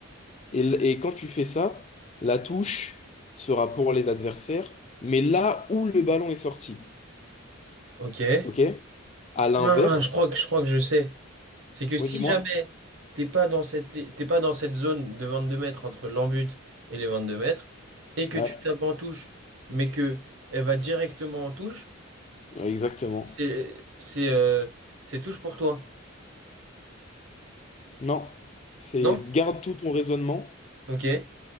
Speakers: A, on the left; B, on the right.
A: Et, l- et quand tu fais ça, la touche sera pour les adversaires, mais là où le ballon est sorti.
B: Ok.
A: OK? À l'inverse,
B: Ah, je crois que je crois que je sais. C'est que
A: ouais,
B: si
A: dis-moi.
B: jamais t'es pas dans cette li- t'es pas dans cette zone de 22 mètres entre l'en-but et les 22 mètres et que
A: Ouais,
B: tu tapes en touche mais que elle va directement en touche,
A: exactement.
B: c'est c'est euh, c'est touche pour toi.
A: Non, c'est
B: Non?
A: garde tout ton raisonnement,
B: Ok.